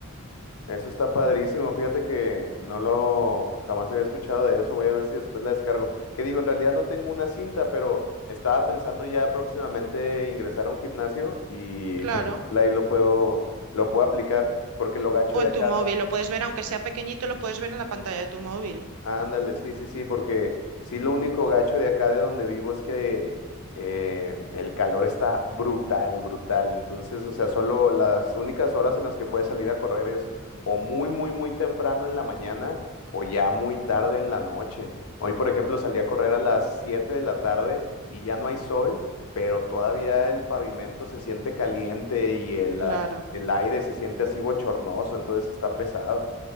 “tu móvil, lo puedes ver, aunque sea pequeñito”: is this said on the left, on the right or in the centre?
Right